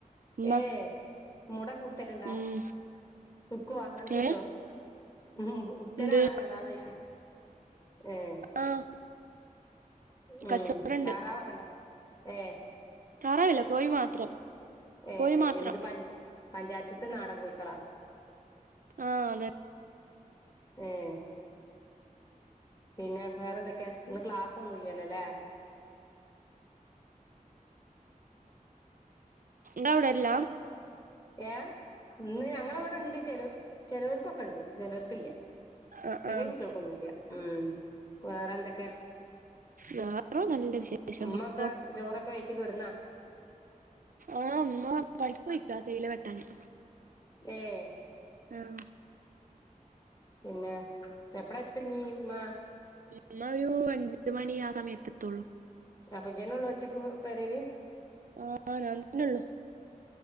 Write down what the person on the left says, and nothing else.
ഏഹ് മുട കുത്തലുണ്ടാ.
ഒക്കുവാ അനക്ക്
കിട്ടുവോ ഉം ഉത്തലാണോ
മൂടാതെ വെയ്ക്കാൻ. ഉം
ഉം
താറാവ് ഒക്കണ്ടേ ഏഹ്.
ഏഹ്
എന്ത് പഞ്ച് പഞ്ചായത്തത്തെ നാടൻ കോയിക്കളോ.
ഏഹ് പിന്നെ വേറെന്തൊക്കെയാ ഇന്ന് ക്ലാസ്സ് ഒന്നും ഇല്ലലോല്ലേ. <inaudible>
ഏഹ് ഇന്ന് ഞങ്ങള് അവിടെ ഉണ്ട്, ചില ചിലവർക്കൊക്കെ ഉണ്ട്. ചിലർക്കില്ല
ചെറിയ
കുട്ടികൾക്കൊന്നും ഇല്ല ഉം വേറെ എന്തൊക്കെയാ.
ഉമ്മക്കെ
ചോറൊക്കെ കഴിച്ചു കിടുന്നോ.
ഏഹ്
പിന്നെ എപള എത്ത് ഇനി ഉമ്മാ
അപ്പൊ ഇജ്ജ് തന്നെ ഒള്ളു ഒറ്റക്ക് പെരെല്